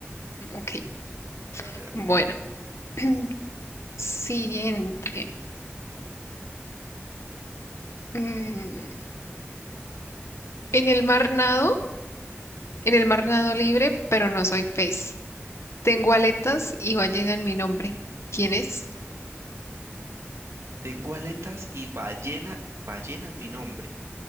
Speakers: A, on the left; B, on the right.
A: Ok,
B: Dale, dale.
A: bueno. <clears throat> Siguiente. Mm, en el mar nado, en el mar nado libre, pero no soy pez. Tengo aletas y ballena en mi nombre. ¿Quién es?
B: Tengo aletas y ballena, ballena es mi nombre.